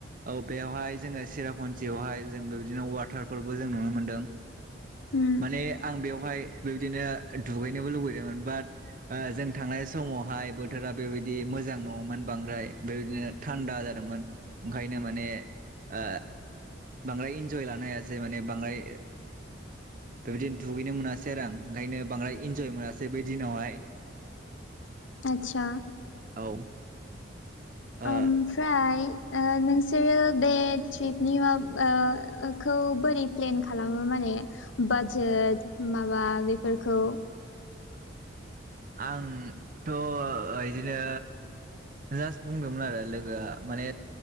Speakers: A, on the right (about 45°); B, on the left (about 80°).
A: औ बेयावहाय जोङो सिरापन्जियावहाय जों बे बिबदिनो वाटारफोरबो जों नुनो मोन्दों।
B: उम
A: माने आं बेवहाय बेबायदिनो दुगैनोबो लुुबैदोंमोन बाट जों थांनाय समावहाय बोथोरा बेबायदि दि मोजां नङामोन बांद्राय बेबायदिनो थान्दा जादोंमोन ओंखायनो माने ओ बांद्राय इन्जय लानो हायासै माने बांद्राय बेबायदिनो दुगैनो मोनासै आरो आं ओंखायनो बांद्राय इन्जय मोनासै बै दिनावहाय
B: आतसा
A: औ
B: ओमफ्राय
A: ओ
B: ओ नोंसोरो बे ट्रिपनि मा ओ खौ बोरै प्लेन खालामो माने बाजेट माबा बेफोरखौ
A: आंथ' इदिनो जास्ट बुंदोंमोन आरो लोगोआ माने